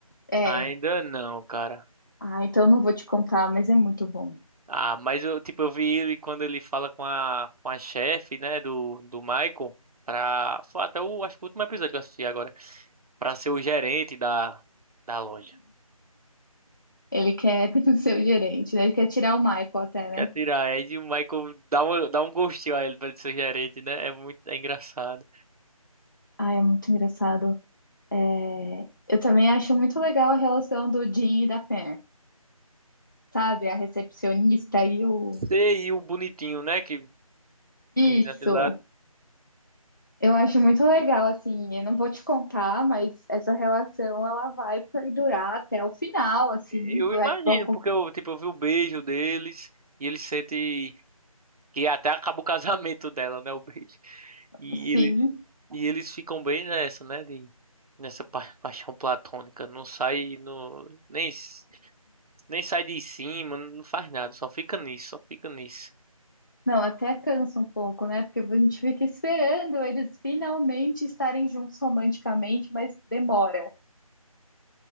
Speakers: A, on the left; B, on the right.
A: É.
B: ainda não, cara.
A: Ah, então não vou te contar, mas é muito bom.
B: Ah, mas eu, tipo, eu vi ele quando ele fala com a, com a chefe, né, do, do Michael, pra. Foi até o, acho que o último episódio que eu assisti agora. Pra ser o gerente da, da loja.
A: Ele quer <laughs> ser o gerente, né? Ele quer tirar o Michael até, né?
B: Quer tirar Ed e o Michael dá, uma, dá um gostinho a ele pra ele ser gerente, né? É muito é engraçado.
A: Ah, é muito engraçado. É, Eu também acho muito legal a relação do Jim e da Pam, sabe? A recepcionista e o.
B: Você e o bonitinho, né? Que fica rindo
A: Isso!
B: daquele lado.
A: Eu acho muito legal, assim. Eu não vou te contar, mas essa relação ela vai perdurar até o final, assim.
B: Eu
A: vai-
B: imagino,
A: Vão, com-
B: porque eu, tipo, eu vi o beijo deles e ele sente que até acaba o casamento dela, né? O beijo. E
A: sim.
B: eles, e eles ficam bem nessa, né? De, nessa pa- paixão platônica. Não sai no, nem, s- nem sai de cima, não faz nada, só fica nisso, só fica nisso.
A: Não, até cansa um pouco, né? Porque a gente fica esperando eles finalmente estarem juntos romanticamente, mas demora.